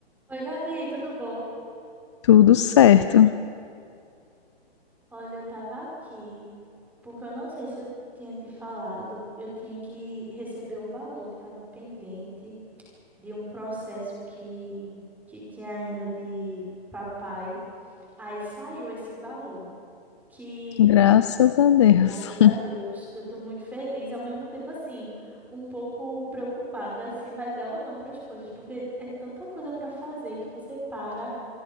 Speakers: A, in the centre; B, on the left.
A: Oi, Gabi, tudo bom?
B: Tudo certo,
A: Olha, eu tava aqui porque eu não sei se eu tinha te falado, eu tinha que receber um valor que estava pendente de um processo que, que tinha ainda de papai. Aí saiu esse valor, que
B: graças a Deus.
A: graças a
B: <laughs>
A: Deus, eu tô muito feliz, ao mesmo tempo assim, um pouco preocupada se vai dar ou não para as coisas, porque é tanta coisa para fazer que você para,